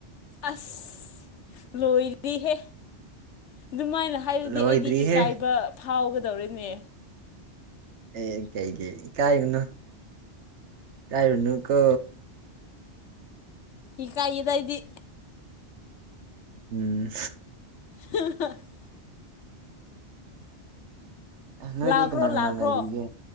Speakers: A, on the left; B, on the right.
A: ꯑꯁ ꯂꯣꯏꯔꯤꯍꯦ ꯑꯗꯨꯃꯥꯏꯅ ꯍꯥꯏꯔꯗꯤ
B: ꯂꯣꯏꯗ꯭ꯔꯤꯍꯦ
A: ꯑꯩꯗꯤ ꯏꯀꯥꯏꯕ ꯐꯥꯎꯒꯗꯧꯔꯦꯅꯦ
B: ꯑꯦ ꯀꯩ ꯀꯩ ꯢꯀꯥꯏꯒꯅꯨ ꯢꯀꯥꯏꯔꯨꯅꯨ ꯀꯣ
A: ꯏꯀꯥꯏꯌꯦꯗ ꯑꯩꯗꯤ
B: ꯎꯝ
A: ꯍ <inaudible>
B: ꯅꯣꯏꯗꯤ
A: ꯂꯥꯛꯈ꯭ꯔꯣ
B: ꯀꯅꯥ ꯀꯅꯥ
A: ꯂꯥꯛꯈ꯭ꯔꯣ
B: ꯂꯩꯔꯤꯒꯦ